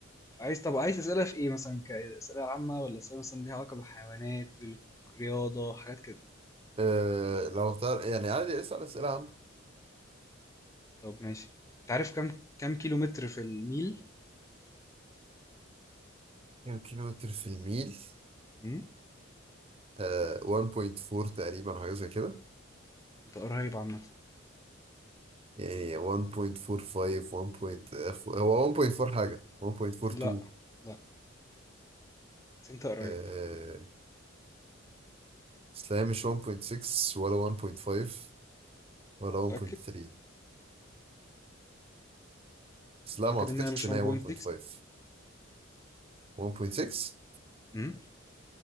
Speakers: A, on the left; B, on the right.
A: عايز طب عايز أسئلة في إيه مثلا كأسئلة عامة ولا أسئلة مثلا ليها علاقة بالحيوانات الرياضة حاجات كده
B: آه، لو اختار يعني عادي اسأل اسئلة عامة
A: طب ماشي انت عارف كام كام كيلو متر في الميل
B: كام كيلو متر في الميل؟
A: امم
B: آه 1.4 تقريبا حاجة زي كده
A: انت قريب عامة
B: يعني 1.45 1.4 هو 1.4 حاجة 1.42
A: لا لا بس انت قريب
B: آه بس لا هي مش 1.6 ولا 1.5 ولا
A: متأكد
B: 1.3 بس
A: متأكد
B: لا ما اعتقدش
A: انها مش
B: ان
A: 1.6
B: هي 1.5 1.6
A: امم